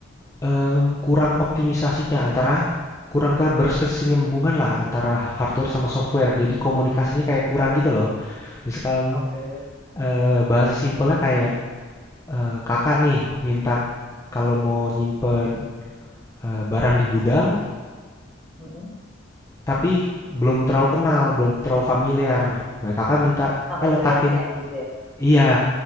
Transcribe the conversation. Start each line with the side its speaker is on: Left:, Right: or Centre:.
Left: Mmm, kurang optimisasinya antara kurang ke lah antara hardware sama software. Jadi komunikasinya kayak kurang gitu loh. Misalkan,
Centre: Oke.
Left: eee, bahasa simpelnya kayak, eee, Kakak nih minta kalau mau nyimpen, eee, barang di gudang,
Centre: Mm-mm.
Left: tapi belum terlalu kenal, belum terlalu familiar. Nah, Kakak minta,
Centre: Sama
Left: "Eh, letakin"
Centre: jalannya gitu ya.
Left: iya,